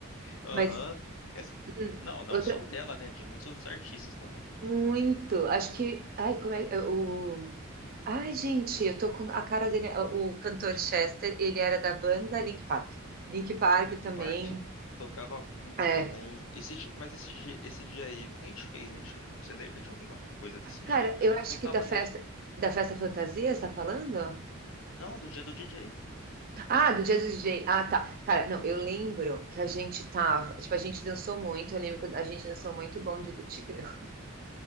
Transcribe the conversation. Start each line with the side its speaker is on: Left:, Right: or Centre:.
Left: aham,
Right: Mas
Left: Essa,
Right: hum,
Left: não, não
Right: outra
Left: só dela, né, de muitos outros artistas também.
Right: muito. Acho que ai, como é é o Ai, gente, eu tô com a cara dele, é, o cantor Chester, ele era da banda Link Park. Link Park
Left: Link
Right: também.
Left: Park tocava muito
Right: É.
Left: também. Esse, di- mas esse, di- esse dia aí, o que a gente fez? A gente, você lembra de alguma coisa desse
Right: Cara,
Left: dia aí? Porque
Right: eu
Left: eu lembro
Right: acho
Left: que eu tava
Right: que da festa
Left: nele.
Right: da festa fantasia, você tá falando?
Left: Não, do dia do DJ.
Right: Ah, do dia do DJ. Ah, tá. Cara, não, eu lembro que a gente tava, tipo, a gente dançou muito, eu lembro que a gente dançou muito Bonde do Tigrão.